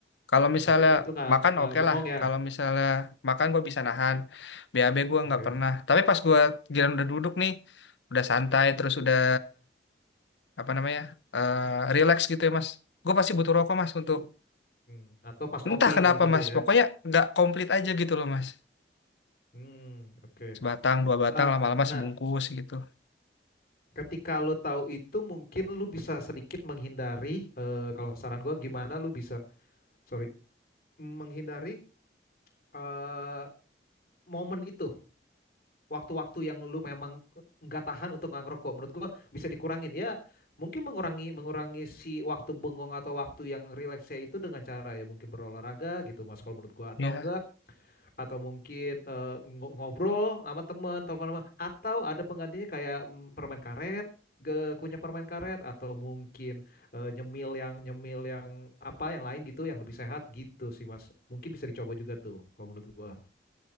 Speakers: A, on the left; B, on the left.
A: kalau misalnya
B: maksudnya tuh nggak
A: makan
B: eh,
A: oke
B: bengong
A: lah,
B: ya.
A: kalau misalnya makan gue bisa nahan. BAB gue
B: Oke.
A: nggak pernah. Tapi pas gue giliran udah duduk nih, udah santai terus udah apa namanya eh relax gitu ya mas. Gue pasti butuh rokok mas untuk
B: Hmm, Atau pas ngopi
A: entah kenapa
B: kali gitu
A: mas.
B: ya.
A: Pokoknya nggak komplit aja gitu loh mas.
B: Hmm, oke.
A: Sebatang dua batang
B: Eh,
A: lama-lama
B: nah,
A: sebungkus gitu.
B: ketika lu tahu itu mungkin lu bisa sedikit menghindari eh, kalau saran gua gimana lu bisa sorry menghindari eh, momen itu waktu-waktu yang lu memang eh, nggak tahan untuk nggak ngerokok menurut gua bisa dikurangin ya mungkin mengurangi mengurangi si waktu bengong atau waktu yang rileksnya itu dengan cara ya mungkin berolahraga gitu mas kalau menurut gua atau
A: Ya,
B: enggak atau mungkin eh, ngo- ngobrol sama teman, telepon sama atau ada penggantinya kayak mm, permen karet ke kunyah permen karet atau mungkin eh, nyemil yang nyemil yang apa yang lain gitu yang lebih sehat gitu sih mas mungkin bisa dicoba juga tuh kalau menurut gua